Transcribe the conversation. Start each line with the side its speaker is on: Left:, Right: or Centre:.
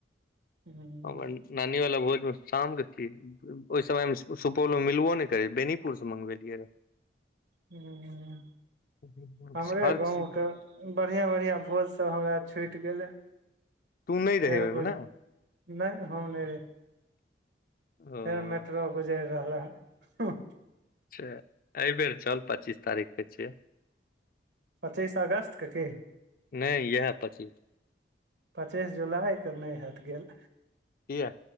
Right: हूँ
Left: हम नानी वाला भोजमे शाम क खीर ओहि समय मे सुपौल मे मिलबो नहि करै बेनीपुर से मंगवेलियै रहैय
Right: ह
Left: रह
Right: हमरे
Left: हर
Right: गाँवके
Left: चीज
Right: बढ़िआं बढ़िआँ भोज सब हमरा छुटि गेलै
Left: तू नहि
Right: फेर
Left: रहे ओहिमे
Right: गुज
Left: ने
Right: नहि हम नहि रही
Left: ओ
Right: फेर मेट्रो गुजैरि रहलाह ह
Left: अच्छाऽ एहिबेर चल पच्चीस तारीख के छियै
Right: पचीस अगस्तके कि
Left: नहि इएह पचीस
Right: पचीस जुलाइके नहि हेत गेल
Left: किया